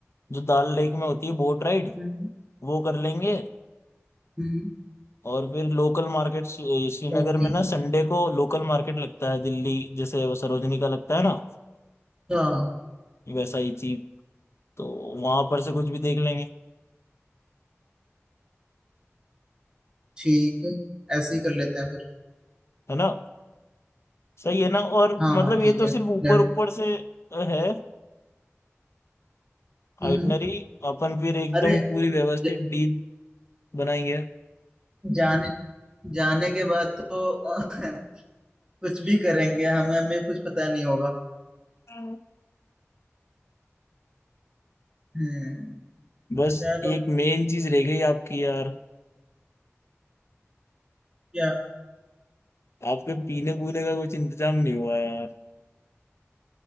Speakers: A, on the left; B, on the right.
A: जो दाल लेक में होती है बोट राइड
B: हम्म
A: वो कर लेंगे
B: हम्म
A: और फिर लोकल मार्केट श्रीनगर
B: ओके
A: में ना संडे को लोकल मार्केट लगता है दिल्ली जैसे वो सरोजनी का लगता है ना
B: अच्छा
A: वैसा ही चीप तो वहां पर से कुछ भी देख लेंगे
B: ठीक है ऐसे ही कर लेते हैं फिर
A: है ना सही है ना और
B: हाँ
A: मतलब
B: हाँ ठीक
A: ये तो
B: है
A: सिर्फ ऊपर
B: डन
A: ऊपर से है
B: हम्म
A: आइटनरी अपन फिर एकदम
B: अरे
A: पूरी व्यवस्थित
B: ज,
A: डीप बनाएंगे
B: जाने जाने के बाद तो <laughs> कुछ भी करेंगे हमें हमें कुछ पता नहीं होगा
A: हाँ।
B: हम्म
A: बस
B: चलो
A: एक मेन चीज रह गई आपकी यार
B: क्या
A: आपके पीने पूने का कुछ इंतजाम नहीं हुआ यार